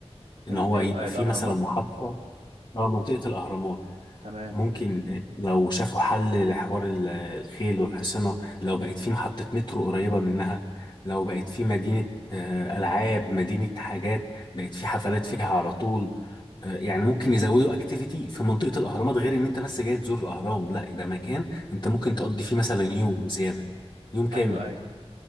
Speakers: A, on the left (about 40°); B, on the right (about 85°).
A: ان
B: ال-
A: هو
B: ال-
A: يبقى
B: الاهرامات
A: في مثلا محطه اه منطقه الاهرامات
B: تمام
A: ممكن لو شافوا حل لحوار ال- الخيل والحصنة لو بقت في محطة مترو قريبة منها لو بقت في مدينة آه، ألعاب مدينة حاجات بقت في حفلات فيها على طول آه، يعني ممكن يزودوا اكتيفيتي في منطقة الأهرامات غير إن أنت بس جاي تزور الأهرام لا ده مكان أنت ممكن تقضي فيه مثلا يوم زيادة يوم كامل
B: ايوه ايوه